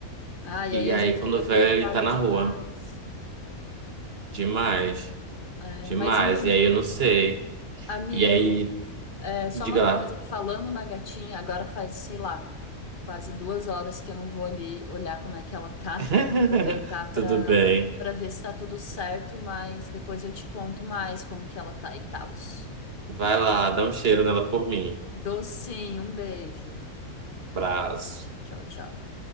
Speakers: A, on the left; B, on the right.
A: Ah, e
B: E
A: aí a
B: aí,
A: gente
B: quando
A: fica
B: vê,
A: preocupado
B: ele tá na
A: demais.
B: rua. Demais,
A: É,
B: demais.
A: mas então
B: E aí eu não sei.
A: Amigo,
B: E aí,
A: é só
B: diga
A: uma
B: lá.
A: coisa, falando na gatinha, agora faz, sei lá, quase duas horas que eu não vou ali olhar como é que ela tá.
B: <laughs>
A: <laughs> Eu vou aproveitar para
B: Tudo bem.
A: para ver se tá tudo certo, mas depois eu te conto mais como que ela tá e tals.
B: Vai lá, dá um cheiro nela por mim.
A: Docinho, um beijo.
B: Braço.
A: Tchau, tchau.